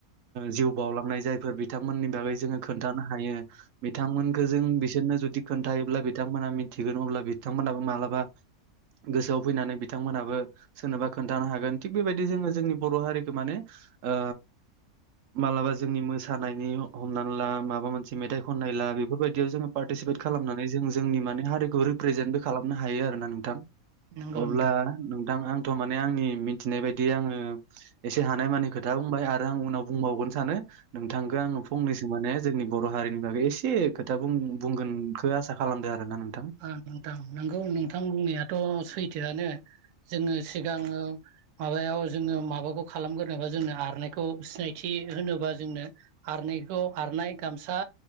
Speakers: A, on the right; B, on the right.
A: जिउ बावउलांनाय जायफोर बिथांमोननि बागै जोङो खोन्थानो हायो बिथांमोनखौ जों बि सोरनो जुदि खोन्थायोब्ला बिथांमोनहा मिथिगोन अब्ला बिथांमोनहाबो मालाबा गोसोआव फैनानै बिथांमोनहाबो सोरनोबा खोन्थानो हागोन थिग। बेबायदि जोङो जोंनि बर' हारिखौ माने ओ मालाबा जोंनि मोसानायनि हमनानै ला माबा मोनसे मेथाइ खननाय ला बेफोरबायदियाव जोङो पार्टिसि <unintelligible> खालामनानै जों जोंनि माने हारिखौ रिप्रेजेन्टबो खालामनो हायो आरोना नोंथां
B: नंगौ
A: अब्ला
B: नोंथां
A: नोंथां आंथ' माने आंनि मि थिनाय बायदि आङो एसे हानायमानि खोथा बुंबाय आरो आं उनाव बुंबावगोन सानो नोंथांखौ आं। फंनैसो माने जोंनि बर' हारिनि बागै एसे खोथा बुं बुंगोनखो आसा खालामदो आरोना नों
B: ओ नोंथां नंगौ नोंथां बुंनायाथ' सैथोआनो। जोङो सिगाङो माबायाव जोङो माबाखौ खालामगोरनोबा जोंनो आरनायखौ सिनायथि होनोबा जोंनो। आरनायखौ आरनाय गामसा